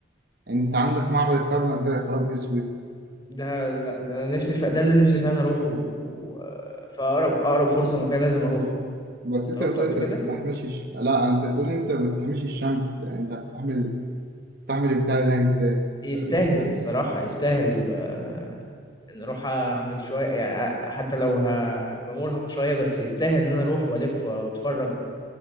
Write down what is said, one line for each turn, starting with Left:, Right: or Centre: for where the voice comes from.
Right: يعني انت عندك معبد الكرنك ده يا خراب اسود
Left: ده لأ، ده أنا نفسي ف ده اللي نفسي فعلًا أروحه، و... فأقرب أقرب فرصة ممكنة لازم أروحه.
Right: بس
Left: أنت
Right: انت
Left: رُحته
Right: بتقول
Left: قبل
Right: انت
Left: كده؟
Right: بتستحملش الش... لا انت بتقول انت بتستحملش الشمس يعني انت هتستحمل تستحمل البتاع ده هناك ازاي
Left: يستاهل
Right: ده ال-
Left: الصراحة يستاهل آه، إن أروح أعمل شوية يعني حتى لو هبقى مرهق شوية بس يستاهل إن أنا أروح وألف وأتفرج